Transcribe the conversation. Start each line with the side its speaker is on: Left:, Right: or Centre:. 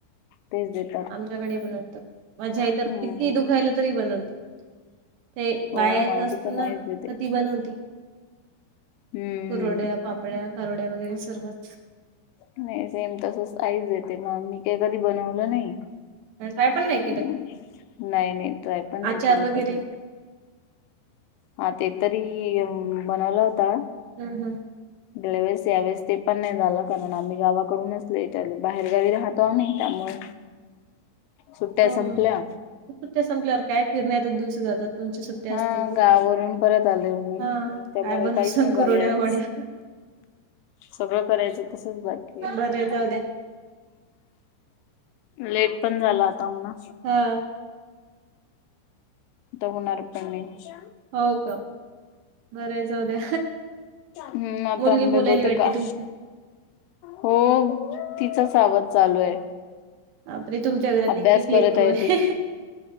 Left: तेच देते.
Right: आमच्याकडे बनवत माझ्या
Left: हम्म
Right: तर किती दुखायला तरी बनवते. ते
Left: हो
Right: बायाच
Left: माझी
Right: असतो
Left: पण
Right: ना
Left: आईच
Right: तर
Left: देते
Right: ती बनवती.
Left: हम्म
Right: कुरोड्या पापड्या कारोड्या वगैरे सर्वच
Left: नाही सेम तसच आईच येते मग मी काही कधी बनवलं नाही.
Right: ट्राय पण नाही केलं.
Left: ह् नाही नाही ट्राय पण नाही
Right: आचार
Left: केलं
Right: वगैरे
Left: कधी हा ते तरी बनवला होता.
Right: हम् हम.
Left: गेल्या वेळेस यावेळेस ते पण नाही झालं कारण आम्ही गावाकडूनचल इटालू बाहेरगावी राहत. त्यामुळे सुट्ट्या
Right: हो
Left: संपल्या.
Right: का? सुट्ट्या संपल्यावर काय फिरण्यातच दिवस जातात. तुमच्या सुट्ट्या
Left: हा
Right: असले की
Left: गावावरून परत आले मी
Right: हा
Left: त्यामुळे
Right: काय बन
Left: काहीच नाही झालं
Right: कुरड्या
Left: यावेळेस
Right: वढ्या. <unintelligible>
Left: सगळं करायचं तसच बाकी
Right: बरं जाऊले.
Left: लेट पण झाला आता म्हणा.
Right: हां.
Left: तर होणार पण नाही.
Right: हो का? बरं आहे जाऊ द्या.
Left: हम् आतांबे
Right: मुलगी बोलायली
Left: बहते
Right: वाटते
Left: का?
Right: तुमची.
Left: हो तिचा सा आवाज चालू आहे.
Right: आपले तुमच्या घरात
Left: अभ्यास
Right: एके लेकरू
Left: करत
Right: आहे.
Left: ती